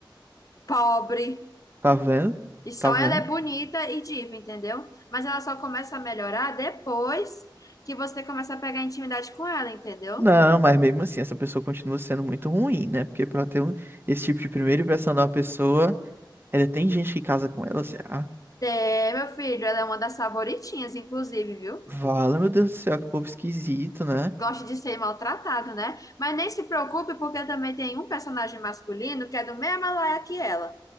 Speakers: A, on the left (about 45°); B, on the right (about 25°).
A: pobre.
B: Tá vendo?
A: E só
B: Tá vendo?
A: ela é bonita e diva, entendeu? Mas ela só começa a melhorar depois que você começa a pegar intimidade com ela, entendeu?
B: Não, mas mesmo assim, essa pessoa continua sendo muito ruim, né? Porque pra ter um- esse tipo de primeira impressão de uma pessoa, ainda tem gente que casa com ela, assim, ah,
A: É, meu filho, ela é uma das favoritinhas, inclusive, viu?
B: Vala, meu Deus do céu, que povo esquisito, né?
A: Gosta de ser maltratado, né? Mas nem se preocupe, porque também tem um personagem masculino que é do mesmo laia que ela.